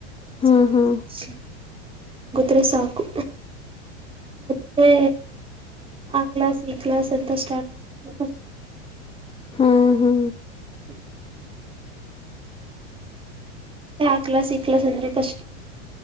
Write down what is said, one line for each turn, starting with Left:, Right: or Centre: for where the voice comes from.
Right: <unintelligible>
Left: ಹಾ ಹಾ
Right: ಗದ್ರೆ ಸಾಕು ಮತ್ತೆ ಆ ಕ್ಲಾಸ್ ಈ ಕ್ಲಾಸ್ ಅಂತ ಸ್ಟಾರ್ಟ್ ಆಗ್ಬಿಟ್ರೆ ಕಷ್ಟ
Left: ಹ್ಮ್ ಹಾ್
Right: ಹ್ಮ್ ಮತ್ತೆ ಹಾಕ್ಲಾಸ್ ಇಕ್ಲಾಸ್ ಅಂದ್ರೆ ಕಷ್ಟ